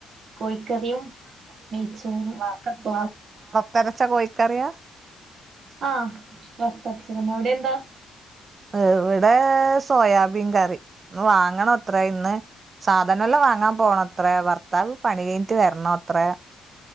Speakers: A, on the right (about 55°); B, on the right (about 40°).
A: കോഴിക്കറിയും നെയ്ച്ചോറും കപ്പ.
B: തെരച്ച കോഴിക്കറിയ.
A: ആഹ് ബസ്തച്ചന്നെ എവിടെ എന്താ.
B: ഇവിടെ സോയാബീൻ കറി വാങ്ങണ അത്ര ഇന്ന്ധ <unintelligible> അതെല്ലാം വാങ്ങാൻ പോകണ അത്രേ ഭർത്താവ് പണി കഴിഞ്ഞിട്ട് വരണോ അത്ര.